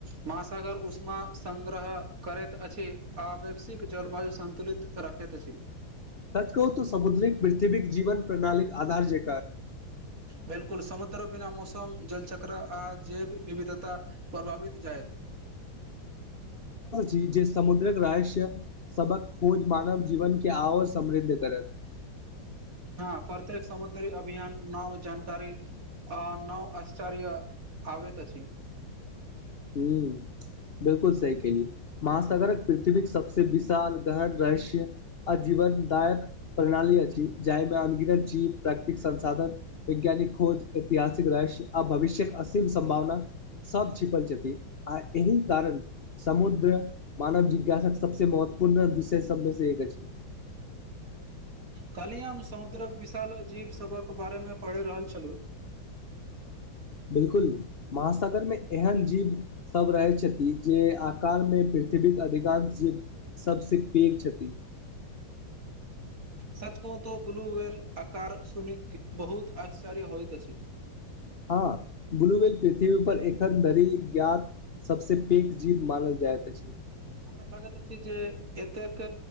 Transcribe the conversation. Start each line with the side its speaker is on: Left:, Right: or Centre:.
Right: महासागर उस उषमा सङ्ग्रह करैत अछि आ वैश्विक जलवायु सन्तुलित रखैत अछि
Left: सच कहू तऽ समुद्रिक पृथ्वीक जीवन प्रणालीे आधार जे
Right: बिलकुल समुद्र बिना मौसम मौसम जलचक्र आ जैव विविधता प्रभावित जायत
Left: इ जे समुद्रक रहस्य सबक खोज मानव जीवन के आओर समृद्ध करत <inaudible>
Right: हँ प्रत्यक समुद्री अभियान नव जानकारी अ नव आश्चर्य आवेत अछि
Left: हू बिलकुल सही केलिय महासागरक पृथ्वी सब सँ विशाल गहर रहस्य आजीवन दायक प्रणाली अछि जाहिमे अनगीनत जीव प्राकृतिक संसाधन वैज्ञानिक खोज ऐतिहासिक रहस्य आ भविष्य्यक असीम सम्भावना सब छिपल जेत आ एहि कारण समुद्र मानव जिज्ञासाक सबसे महत्वपूर्ण विषय शब्द बस एक अछि
Right: कहलिय हम समुद्रक विशाल अजीव सभक बारे मे पढ़ि रहल छलहुँ
Left: <inaudible> बिलकुल महासागर मे एहन जीव सब रहै छथि जे आकार मे प्रिथ विविघ अधिकांश जीव सबस पैघ छथि
Right: सच कहत ब्लू वेल आकार सुन बहुत आश्चर्य होइत अछि
Left: हँ ब्लूवेल पृथ्वी पर एखन धरि ज्ञात सबस पैघ जीव मानल जाइत अछि
Right: हमरा लागैत अछि जे एतेक